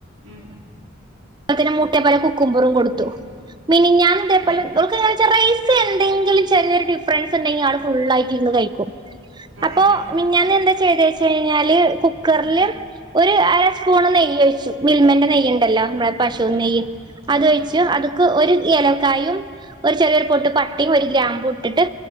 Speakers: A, on the right (about 75°); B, on the right (about 20°).
A: ഉം
B: അ മുട്ടേ പോലെ കുക്കുംമ്പറും കൊടുത്തു
A: ഉം
B: മിനിഞ്ഞാന്നിതേപോലെ
A: അതെ
B: ഓൾക്കിങ്ങ റൈസ് എന്തെങ്കിലും ചെറിയെരു ഡിഫ്രൻസ്ണ്ടെങ്കിൽ ആള് ഫുള്ളായിട്ട് ഇര്ന്ന് കഴിക്കും
A: അതെല്ലേ
B: അപ്പൊ മിഞ്ഞാന്നെന്താ ചെയ്തേച്ചയ്ഞ്ഞാല് കുക്കർല്
A: ഉം
B: ഒരു അര സ്പൂണ് നെയ്യൊയ്ച്ചു മിൽമന്റെ
A: ഉം
B: നെയ്യ്ണ്ടല്ലോ നമ്മുടെ പശും
A: ഉം ഉം
B: നെയ്യ്
A: ഉം
B: അതൊയ്
A: ആ
B: അത്ക്ക് ഒരു ഏലക്കായും ഒരു ചെറിയൊരു പൊട്ട് പട്ടിം ഒരു ഗ്രാമ്പൂട്ടിട്ട്